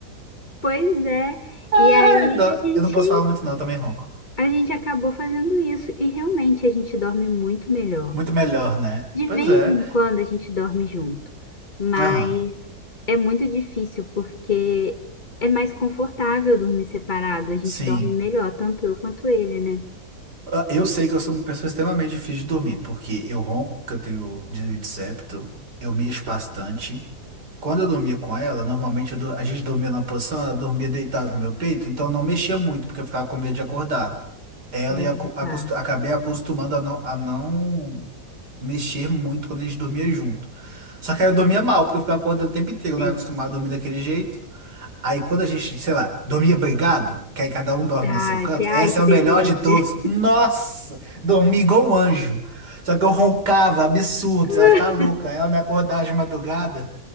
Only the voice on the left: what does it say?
Pois é.
E aí
a gente,
a gente acabou fazendo isso. E realmente a gente dorme muito melhor.
De
vez
em quando a gente dorme junto, mas
é muito difícil porque é mais confortável dormir separado, a gente
dorme melhor, tanto eu quanto ele, né?
Hum,
tá,
sim.
Ah,
esse- ai,
que
delícia.
<laughs>